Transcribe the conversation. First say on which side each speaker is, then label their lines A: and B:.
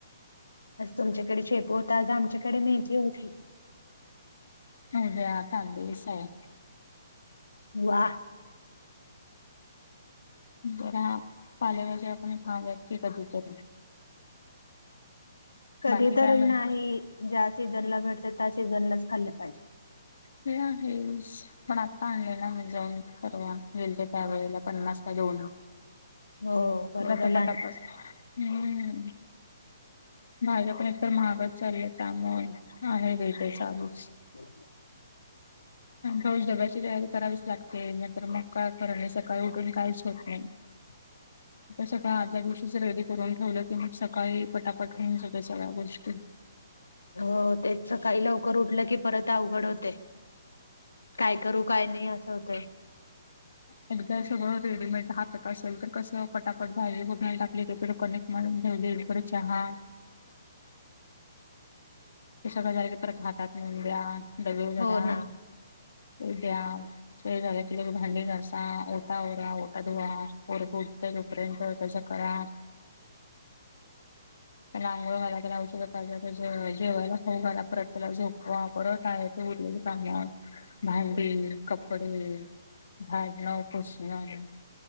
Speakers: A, on the left; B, on the left.
A: आज तुमच्याकडे शेपू होता. आज आमच्याकडे मेथी होती.
B: उद्या तांदुळसाय.
A: वाहा.
B: जरा पालेभाज्या आपण, मगा की कधी चली.
A: कधी
B: बाकी
A: तरी
B: काय म्हणता
A: नाही, ज्या सीझनला भेटतं त्या सीझनलाच खाल्लं पाहिजे.
B: ते आहेच, पण आता आणलेय ना मी जाऊन. परवा गेलते त्या वेळेला पन्नास ला दोन.
A: हो बरं
B: मत
A: झालं
B: पटापट
A: आणलीस.
B: हम्म. भाज्या पण एकतर महागच झालेत त्यामुळं आहे <unintelligible> चालू
A: <unintelligible>
B: रोज डब्याची तयारी करावीच लागते, नायतर मग काय खरं नाही सकाळी उठून काहीच होत नाही.
A: <inaudible>
B: सगळं आदल्या दिवशीच रेडी करून ठेवलं की मग सकाळी पटापट होेऊन जातंय सगळ्या गोष्टी.
A: हो, तेच सकाळी लवकर उठलं की परत अवघड होते. काय करू काय नाही, असं होतय.
B: एकदा सगळं रेडीमेड हातात असेल तर कसं, पटापट भाजी फोडणीला टाकली इकडं कणिक मग दोन्ही कडे चहा. हे सगळं झालं की परत हातात नेऊन द्या, डबे भरा.
A: हो ना
B: ते द्या. ते झालं की लगेच भांडी घासा, ओटा आवरा, ओटा धुवा. पोरगं उठतंय तोपर्यंत, त्याचं करा. आणि अंघोळ घालायला औषध पाजल्यापेक्षा जेवायला फोघाला परत त्याला झोप परत आहे ते उरलेली सामनवर भांडी कपडे झाडणं पुसन